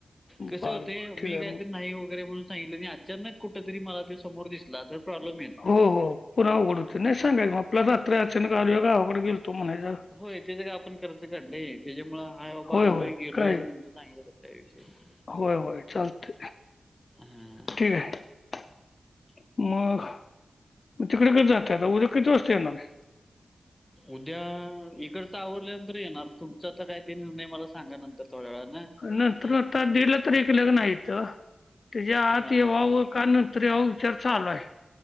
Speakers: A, on the left; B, on the left.
A: कसे
B: बर
A: होतय
B: बर ठीक
A: मी
B: आहे
A: काय
B: मग
A: तर नाही वगैरे म्हणून सांगितलं नी आत चानक कुठ तरी मला त्यो समोर दिसला तर प्रॉब्म
B: हो हो पुरा अवघड होते नाही सांगायच मग आपला
A: हां.
B: रात्र अचानक आलोय गावाकडे गेलतो म्हणायच
A: होय तेच काय आपण खर्च काढलंय त्याच्यामुळे हाय बाबा
B: होय
A: आलोय
B: होय
A: गेलोय
B: काय
A: म्हणलं सांगितलं त्या विषय नाही.
B: होय होय चालत
A: हां
B: ठीक आहे. मग मग तिकडे कधी जातात, उद्या किती वाजता येणारे?
A: उद्या इकडच आवरल्यानंतर येणार तुमच आता काय ते निर्णय मला सांगा नंतर थोड्या वेळा न
B: नंतर आता दीड ला तरी ठेकलं इत त्याचा आत
A: हां
B: यायव का ण तरी अहो विचार चालू आहे.